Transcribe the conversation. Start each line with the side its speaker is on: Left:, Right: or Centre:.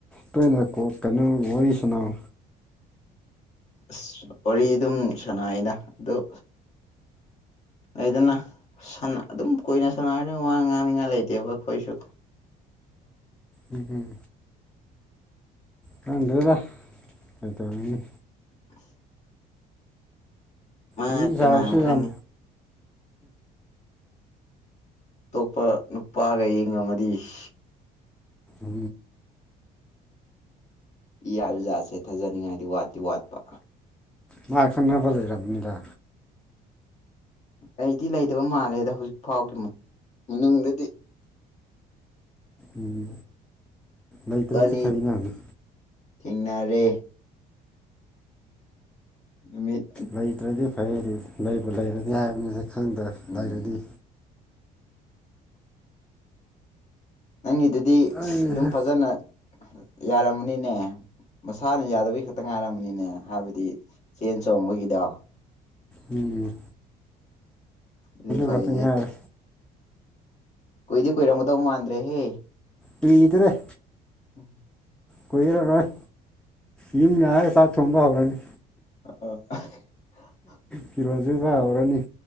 Centre: ꯇꯣꯏꯅꯣꯛ ꯀꯩꯅꯣ ꯋꯥꯔꯤ ꯁꯅꯥꯎ
Left: ꯑꯁ ꯋꯥꯔꯤ ꯑꯗꯨꯝ ꯁꯥꯟꯅꯩꯩꯅ ꯑꯣ ꯑꯩꯗꯅ ꯑꯗꯨꯝ ꯀꯨꯏꯅ ꯁꯥꯟꯅꯔꯅꯤ ꯋꯥ ꯉꯥꯡꯅꯤꯡꯉꯥꯏ ꯂꯩꯇꯦꯕ ꯑꯩꯈꯣꯏꯁꯨ
Centre: ꯎꯝꯝ ꯈꯪꯗꯦꯗꯥ ꯀꯩꯇꯧꯔꯨꯅꯤ
Left: <unintelligible> ꯃꯥ
Centre: ꯑꯩꯁꯥꯕꯁꯨ
Left: ꯀꯅꯥꯅ ꯈꯪꯅꯤ
Centre: ꯌꯥꯝ
Left: ꯑꯇꯣꯞꯄ ꯅꯨꯄꯥꯒ ꯌꯦꯡꯉꯝ ꯑꯃꯗꯤꯗꯤ
Centre: ꯎ
Left: ꯌꯥ ꯖꯥꯠꯁꯦ ꯊꯥꯖꯅꯤꯡꯉꯥꯏꯗꯤ ꯋꯥꯠꯇꯤ ꯋꯥꯠꯄ
Centre: ꯃꯥ ꯑꯦꯈꯣꯏ ꯅꯕꯖꯩꯔꯗ
Left: ꯑꯩꯗꯤ ꯂꯩꯗꯕ ꯃꯥꯜꯂꯦꯗ ꯍꯧꯖꯤꯛ ꯐꯥꯎꯒꯤ ꯃꯅꯨꯡꯗꯗꯤ
Centre: ꯎꯝ ꯂꯩꯇ꯭ꯔꯗꯤ
Left: ꯋꯥꯅꯤ
Centre: ꯐꯩ ꯅꯍꯥꯟꯅꯤ
Left: ꯊꯦꯡꯅꯔꯦ ꯃꯤ
Centre: ꯂꯩꯇ꯭ꯔꯗꯤ ꯐꯩ ꯂꯩꯕ ꯂꯩꯔꯅꯤ ꯍꯥꯏꯕꯅꯤꯅ ꯈꯪꯗ
Left: ꯎꯝ
Centre: ꯂꯩꯔꯅꯤ
Left: ꯅꯪꯒꯤꯗꯨꯗꯤ
Centre: ꯑꯩꯍꯥ
Left: ꯑꯁ ꯑꯗꯨꯝ ꯐꯖꯅ ꯌꯥꯔꯝꯃꯅꯤꯅꯦ ꯃꯁꯥꯅ ꯌꯥꯗꯕꯒꯤ ꯈꯛꯇ ꯉꯥꯏꯔꯝꯕꯅꯤꯅꯦ ꯍꯥꯏꯕꯗꯤ ꯆꯦꯟ ꯆꯣꯡꯕꯒꯤꯗꯣ
Centre: ꯎꯝ
Left: ꯑꯗꯨ ꯐꯩꯌꯦ
Centre: ꯈꯛꯇ ꯉꯥꯏꯔꯦ
Left: ꯀꯨꯏꯗꯤ ꯀꯨꯏꯔꯝꯒꯗꯧ ꯃꯥꯟꯗ꯭ꯔꯦꯍꯦ
Centre: ꯀꯨꯏꯗ꯭ꯔꯦ
Left: ꯎꯝ
Centre: ꯀꯣꯏꯔꯔꯣꯏ ꯌꯨꯝ ꯆꯥꯛ ꯊꯣꯡꯕ ꯍꯧꯔꯅꯤ
Left: ꯑ
Centre: ꯐꯤꯔꯣꯟ ꯁꯨꯕ ꯍꯧꯔꯅꯤ